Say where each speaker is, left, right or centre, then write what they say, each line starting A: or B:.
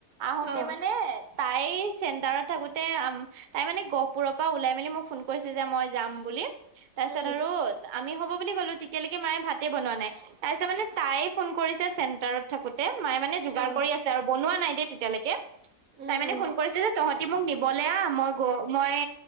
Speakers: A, on the right; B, on the right.
A: আহোতে
B: অ
A: মানে তাই চেণ্টাৰত থাকোতে আম তাই মানে গহপুৰৰ পৰা ওলাই মেলি মোক ফোন কৰিছে যে, মই যাম বুলি! তাৰ
B: উম
A: পিছত আৰু আমি হ'ব বুলি ক'লো, তেতিয়ালৈকে মায়ে ভাতে বনোৱা নাই। তাৰপিছত মানে তাই ফোন কৰিছে চেন্টাৰত থাকোতে মায়ে মানে যোগাৰ
B: অ
A: কৰি আছে আৰু বনোৱা নাই দেই তেতিয়ালৈকে
B: উম
A: তাই মানে
B: উম
A: ফোন কৰিছে যে, তহঁতি মোক নিবলে আহ মই গ মই